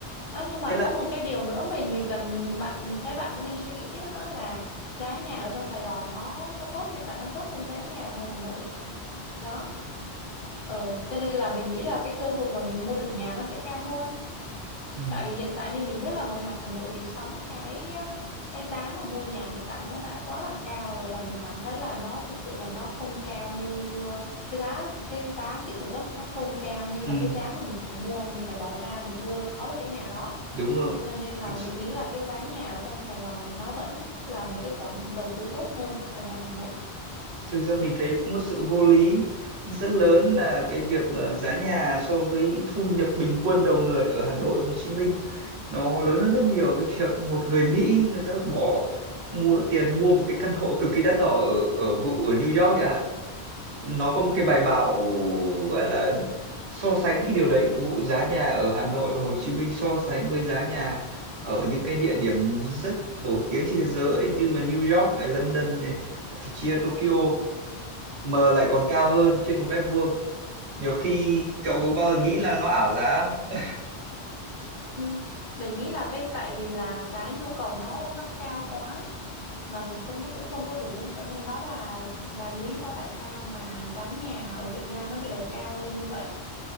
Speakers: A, on the left; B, on the right.
A: đó nhưng mà
B: thế là
A: có một cái điều nữa mình mình cần bạn mình thấy bạn cũng nên suy nghĩ nữa là giá nhà ở trong Sài Gòn nó nó tốt hiện tại đang tốt hơn giá nhà ở ngoài Hà Nội đó ờ cho nên là mình nghĩ là cái cơ hội mà mình mua được nhà nó sẽ cao hơn
B: ừ.
A: tại vì hiện tại như mình biết là ngoài Hà Nội thì sóng cái cái giá mà mua nhà hiện tại nó đã quá là cao rồi và mình cảm thấy là nó thật sự là nó không cao như ờ, cái giá cái giá thị thực á nó không cao như
B: Ừ.
A: là cái giá mà mình phải mua mình phải bỏ ra để mua có được cái nhà đó
B: đúng rồi
A: cho nên là
B: thực
A: mình nghĩ là cái giá nhà ở trong Sài Gòn thì nó vẫn là một cái khoản đầu tư tốt hơn ở ngoài Hà Nội
B: thực ra mình thấy một sự vô lý rất lớn là cái việc ờ, giá nhà so với thu nhập bình quân đầu người ở Hà Nội, Hồ Chí Minh nó lớn hơn rất nhiều cái việc một người Mỹ người ta bỏ mua tiền mua một cái căn hộ cực kỳ đắt đỏ ở ở vụ ở New York chẳng hạn nó có một cái bài báo gọi là so sánh cái điều đấy vụ giá nhà ở Hà Nội và Hồ Chí Minh so sánh với giá nhà ở những cái địa điểm rất nổi tiếng trên thế giới như là New York này, London này, thậm chí là Tokyo mà lại còn cao hơn trên một mét vuông nhiều khi cậu có bao giờ nghĩ là nó ảo giá không
A: Ừ. mình nghĩ là cái tại vì là cái nhu cầu nó nó cao quá ấy. mà nguồn cung nó cũng không có đủ cho nên đó là là lý do tại sao mà giá nhà ở Việt Nam nó bị đẩy cao lên như vậy